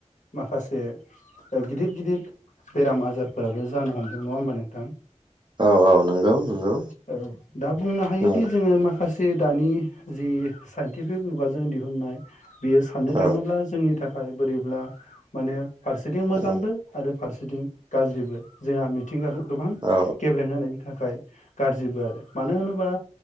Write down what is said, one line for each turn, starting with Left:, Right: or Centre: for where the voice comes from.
Left: माखासे ओ गिदिर गिदिर बेराम आजारफोराबो जानो हमदों। नङा होमबा नोंथां?
Right: औ औ नंगौ नंगौ
Left: औ। दा बुंनो हायोदि
Right: औ
Left: जोङो मा खासे दानि जि साइन्टिफिक मुगाजों दिहुननाय बियो साननो
Right: औ
Left: थाङोब्ला जोंनि थाखाय बोरैब्ला माने फारसेथिं मोजांबो
Right: औ
Left: आरो फारसेथिं गाज्रिबो। जोंहा मिथिंगाखौ गोबां
Right: औ
Left: गेब्रें होनायनि थाखाय गाज्रिबो आरो मानो होनोबा